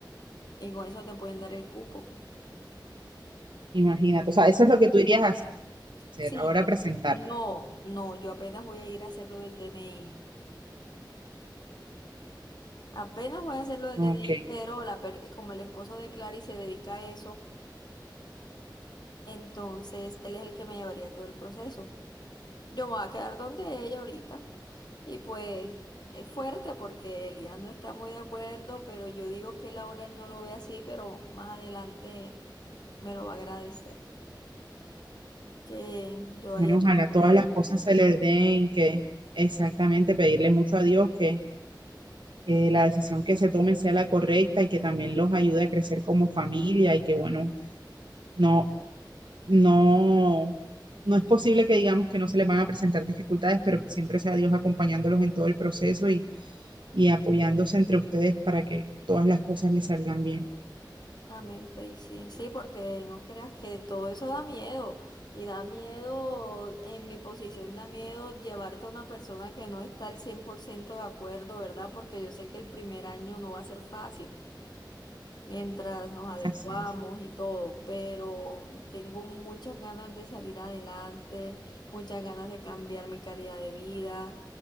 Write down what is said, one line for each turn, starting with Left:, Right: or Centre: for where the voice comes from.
Left: y con eso te pueden dar el cupo.
Right: Imagínate, o sea, eso es lo que tú irías a hacer,
Left: Sí,
Right: ahora
Left: yo-
Right: presentarte.
Left: no, no, yo apenas voy a ir a hacer lo del DNI. Apenas voy a hacer lo del
Right: Ok,
Left: DNI, pero la per- como el esposo de Clary se dedica a eso, entonces él es el que me llevaría todo el proceso. Yo me voy a quedar donde ella ahorita. Y pues es fuerte porque Elías no está muy de acuerdo, pero yo digo que él ahora él no lo ve así, pero más adelante me lo va a agradecer que yo
Right: bueno,
Left: haya
Right: ojalá
Left: tomado
Right: todas
Left: la decisión.
Right: las cosas se les den, que exactamente pedirle mucho a Dios que, que la decisión que se tome sea la correcta y que también los ayude a crecer como familia y que, bueno, no, no, no es posible que digamos que no se les van a presentar dificultades, pero que siempre sea Dios acompañándolos en todo el proceso y, y apoyándose entre ustedes para que todas las cosas les salgan bien.
Left: Amén, Pri, sí, sí, porque no creas que todo eso da miedo y da miedo, en mi posición da miedo llevarte a una persona que no está al 100% de acuerdo, ¿verdad? Porque yo sé que el primer año no va a ser fácil mientras nos adecuamos
Right: Así es.
Left: y todo, pero tengo muchas ganas de salir adelante, muchas ganas de cambiar mi calidad de vida.